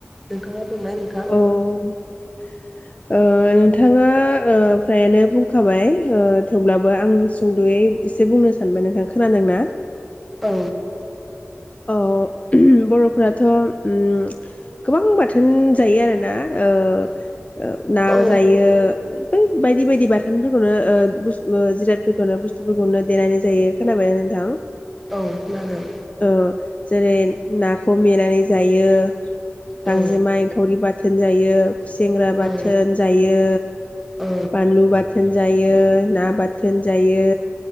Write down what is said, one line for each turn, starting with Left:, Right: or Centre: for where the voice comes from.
Centre: नोंथाङा बुंनाय नोंथां।
Left: औ ओ नोंथाङा ओ फ्रायानो बुंखाबाय ओ थेवब्लाबो आं सुंद'यै एसे बुंनो सानबाय नोंथाङा खोनादोंना?
Centre: औ।
Left: औ बर'फ्राथ' उम गोबां बाथोन जायो आरोना ओ। ओ ना
Centre: औ
Left: जायो। बै बायदि बायदि बाथोनफोरखौनो ओ बुस जिरादफोरखौनो बुस्थुफोरखौनो देनानै जायो खोनाबाय नोंथां।
Centre: औ खोनादों।
Left: ओ जेरै नाखौ मेनानै जायो। गांजेमा
Centre: औ
Left: एंखावरि बाथ बाथोन जायो गुसेेंग्रा बाथोन
Centre: औ
Left: जायो
Centre: औ
Left: बानलु बाथोन जायो ना बाथोन जायो